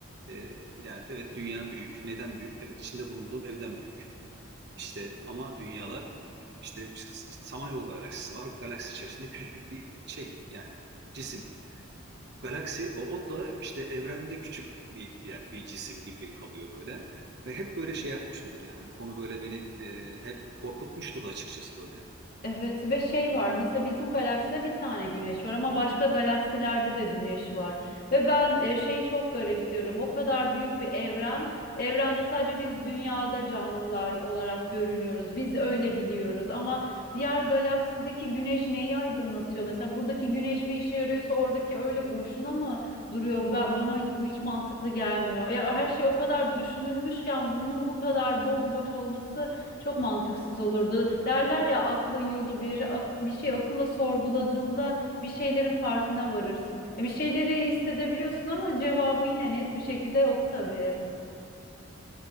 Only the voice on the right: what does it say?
E, yani evet dünya büyük. Neden büyük? Evet içinde bulunduğum evden büyük. İşte ama dünyada işte, işte işte, Samanyolu galaksisi var. Galaksi içerisinde küçücük bir şey yani cisim. Galaksi o, o da işte evrende küçük bir yer- bir cisim gibi kalıyor böyle. Ve hep böyle şey yapmışımdır yani bu konu böyle beni e, hep korkutmuştur da açıkçası böyle.